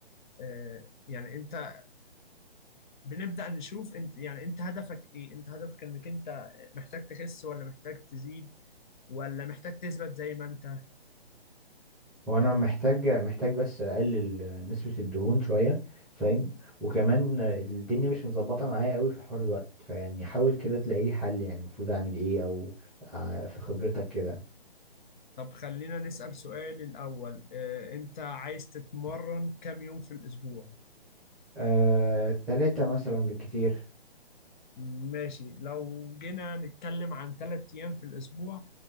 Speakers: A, on the left; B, in the centre.
A: آه، يعني انت بنبدأ نشوف انت يعني انت هدفك ايه انت هدفك انك انت محتاج تخس ولا محتاج تزيد ولا محتاج تثبت زي ما انت
B: وانا محتاج محتاج بس اقلل نسبة الدهون شوية فاهم وكمان الدنيا مش متظبطة معايا قوي في حوار الوقت فيعني حاول كده تلاقي لي حل يعني المفروض اعمل ايه او ع- في خبرتك كده
A: طب خلينا نسأل سؤال الأول آه، انت عايز تتمرن كام يوم في الأسبوع
B: آه، تلاتة مثلا بالكتير
A: ماشي لو جينا نتكلم عن ثلاث أيام في الأسبوع